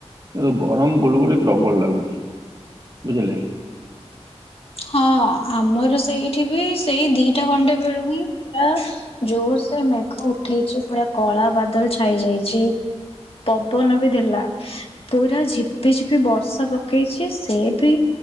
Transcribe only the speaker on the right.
କିନ୍ତୁ ଗରମ ଗୁଳୁଗୁଳି ପ୍ରବଳ ଲାଗୁଛି ବୁଝିଲେ।